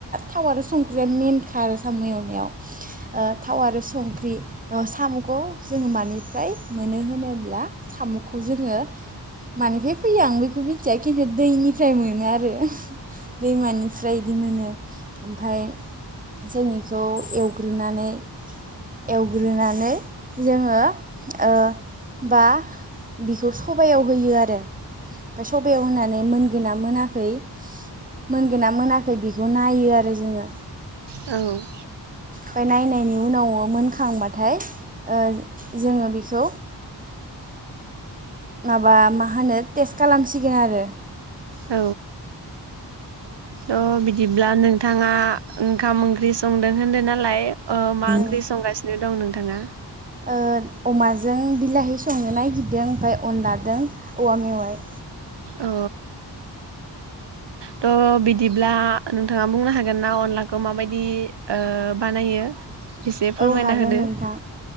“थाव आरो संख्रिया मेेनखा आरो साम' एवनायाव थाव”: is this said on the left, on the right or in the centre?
Right